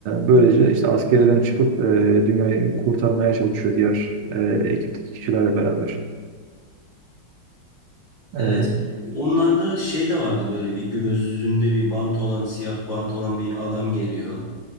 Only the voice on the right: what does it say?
böylece işte askeriyeden çıkıp e, dünyayı kurtarmaya çalışıyor diğer e, ekipteki kişilerle beraber. Ee,